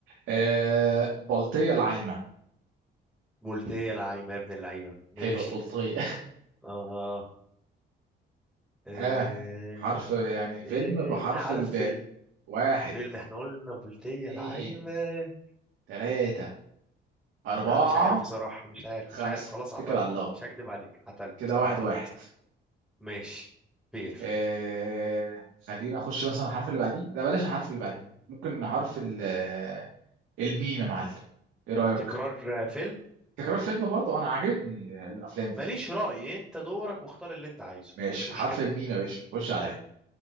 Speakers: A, on the right (about 80°); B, in the centre.
A: آه... بلطية العايمة
B: قلت ايه يا لعيب يا ابن اللعيبه ماشي
A: حلو بلطية
B: اه
A: <laughs>
B: آه،
A: ها حرف يعني
B: ايه
A: فيلم بحرف
B: بحرف
A: الباء واحد
B: الفيلم احنا قلنا بلطية
A: اتنين
B: العايمة
A: تلاتة أربعة
B: لا مش عارف بصراحة مش عارف
A: خمسة
B: مش عارف خلاص عطلت
A: اتكل على الله
B: مش هكدب عليك عطلت
A: كده واحد
B: عطلت
A: واحد
B: ماشي فير
A: آه... خلينا أخش مثلا الحرف اللي بعديه لا بلاش الحرف اللي بعديه ممكن حرف ال آه، الميم يا معلم إيه رأيك؟
B: تكرار آه، فيلم
A: تكرار فيلم برضه أنا عجبتني الأفلام دي
B: ماليش رأي انت دورك واختار اللي انت عايزه
A: ماشي
B: مفيش مشكلة
A: حرف الميم يا باشا خش عليا